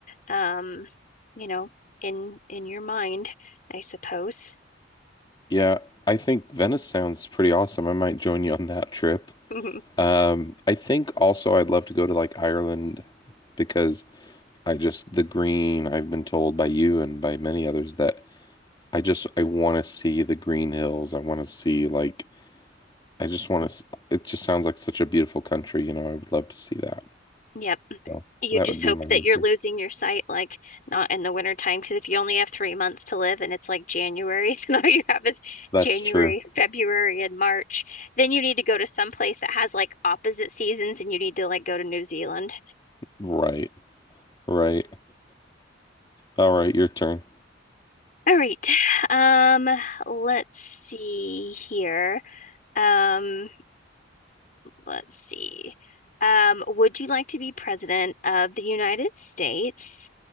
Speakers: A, on the left; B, on the left.
A: um, you know, in in your mind, I suppose.
B: Yeah, I think Venice sounds pretty awesome. I might join you on that trip.
A: <laughs>
B: Um, I think also I'd love to go to like Ireland because I just the green, I've been told by you and by many others that I just I want to see the green hills. I want to see like I just want to. It just sounds like such a beautiful country. You know, I would love to see that.
A: Yep.
B: So
A: You
B: that
A: just
B: would be
A: hope
B: my answer.
A: that you're losing your sight, like not in the winter time, because if you only have three months to live and it's like January, <laughs> then all you have is
B: That's
A: January,
B: true.
A: February, and March. Then you need to go to some place that has like opposite seasons, and you need to like go to New Zealand.
B: Right. Right. All right. Your turn.
A: All right. Um, let's see here. Um, let's see. Um, would you like to be president of the United States,